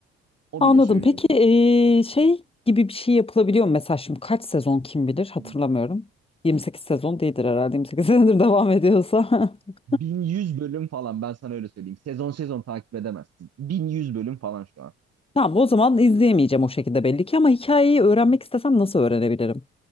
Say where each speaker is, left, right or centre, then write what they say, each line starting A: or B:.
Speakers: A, on the right; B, on the left.
A: O
B: Anladım.
A: bile söylüyor.
B: Peki eee, şey gibi bir şey yapılabiliyor mu? Mesela şimdi kaç sezon kim bilir hatırlamıyorum.
A: bunu.
B: 28 sezon değildir herhalde. 28 <laughs> senedir devam ediyorsa. <laughs>
A: 1100 bölüm falan ben sana öyle söyleyeyim. Sezon sezon takip edemezsin. 1100 bölüm falan şu an.
B: Tamam o zaman izleyemeyeceğim o şekilde belli ki ama hikayeyi öğrenmek istesem nasıl öğrenebilirim?